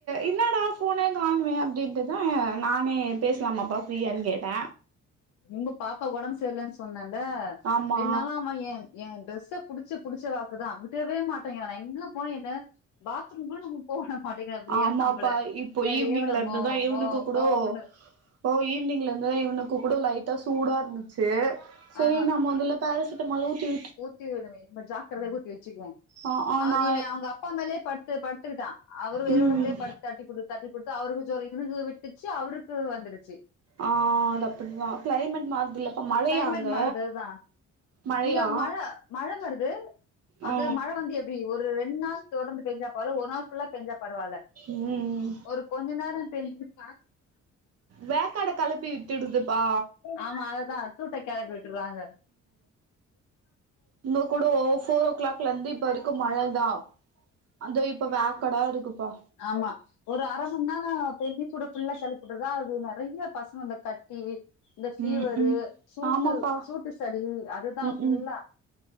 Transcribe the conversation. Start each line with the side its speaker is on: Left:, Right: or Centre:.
Right: என்னடா ஃபோனே காணுமே அப்டின்ட்டு தா நானே பேசலாமாப்பா ஃப்ரீயான்னு கேட்ட
Left: இவங்க பாப்பாக்கு ஒடம்பு சரியிலன்னு சொன்னேல்ல
Right: ஆமா
Left: ரெண்டு நாளா அவ ஏன் எ டிரெஸ்ஸ புடிச்சு புடிச்சு பாக்குதா விடவே மாட்டேங்கிறா நா எங்க போய் எட பாத்ரூம்க்கு கூட நா போவுட மாட்டேங்கிறா ப்ரீயா
Right: ஆமாப்பா
Left: நம்மள
Right: இப்போ
Left: பின்னாடியே
Right: ஈவினிங்ல
Left: வரா
Right: இருந்துதா
Left: மா
Right: இவனுக்கு
Left: மா
Right: கூடோ
Left: மான்னு
Right: ஓ ஈவினிங்லந்து இவனுக்கு கூட லைட்டா சூடா இருந்துச்சு செரி
Left: ஆ
Right: நம்ம வந்துல பேரசிட் மலு ஊட்டி
Left: ஊத்தி விடுவே பட் ஜாக்கரதையா ஊத்தி வச்சுக்குவோ
Right: ஆ ஆ
Left: அவரு
Right: நா
Left: இவ அவுங்க அப்பா மேலே பத்து பத்துக்கிட்டா அவரு வெறு
Right: ம்
Left: ஒடம்புலேயே பத்து தட்டி குடுத் து அவருக்கு ஜொரொ இவனுக்கு விட்டுச்சு அவருக்கு வந்துடுச்சு
Right: ஆ அது அப்டிதா கிளைமேட் மாறுதில்லப்பா! மழையா
Left: கிளைமேட்
Right: அங்க?
Left: மாறுதல்தான்
Right: மழையா
Left: இங்க மழ.. மழ வருது, அது
Right: ஆ
Left: மழ வந்து.. எப் இப்டி ஒரு ரெண் நாள் தொடந்து பெஞ்சா பர.. ஒருநாள் புல்லா பெஞ்சா பரவாயில்ல..
Right: ம்
Left: ஒரு.. கொஞ்ச நேரோ பெய்ஞ்சிருக்கா
Right: வேக்காடு கெளப்பி விட்டுடுதுப்பா!
Left: ஆமா அததா சூட்ட கெளப்பி விட்டறாங்க.
Right: உங்க கோட ஓ போர் ஓ க்ளாக்லந்து இப்ப இருக்... கு மழதா! அந்த இப்போ வேக்கடா இருக்குப்பா!
Left: ஆமா! ஒரு அரமண் நேரோ... நெஞ்சு சூடு புல்லா கெளிப்புட்டுறதா அது நெறையா பசங்க அந்த கட்டி.. இந்த பீவரு,
Right: ம் ம்
Left: சூட்டு..
Right: ஆமாப்பா
Left: சூட்டு சளி அதுதா
Right: ம்
Left: புல்லா!
Right: ம்